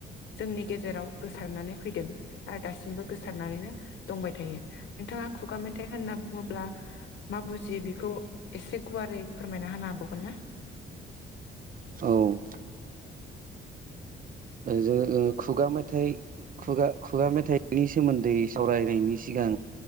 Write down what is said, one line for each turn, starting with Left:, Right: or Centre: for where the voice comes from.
Left: जोंनि गेजेराव गोसारनानै फैदों आरो दासिमबो गोसारनानैनो दंबाय थायो। नोंथाङा खुगा मेथाइ होनना बुङोब्ला मा बुजियो बेखौ एसे गुवारै फोरमायना होनो हाबावगोन ना?
Right: औ। जो ओ खुगा मेथाइ खुगा खुगा मेथाइनि सोमोन्दै सावराय नायनि सिगां